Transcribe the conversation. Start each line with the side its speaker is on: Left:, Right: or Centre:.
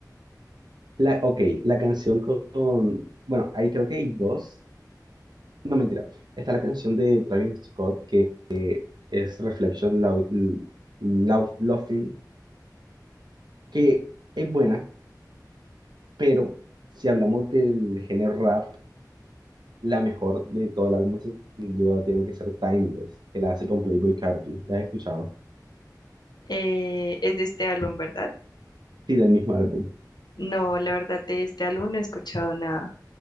Right: La, ok, la canción con, Bueno, ahí creo que hay dos. No, mentira. Está la canción de Travis Scott que es Reflection Lou- L- Lou- Laughing, que es buena, pero si hablamos del género rap, la mejor de todo el álbum sin duda tiene que ser Timeless, que la hace con Playboi Carti. ¿La has escuchado?
Left: Eh, es de este álbum, ¿verdad?
Right: Sí, del mismo álbum.
Left: No, la verdad de este álbum no he escuchado nada.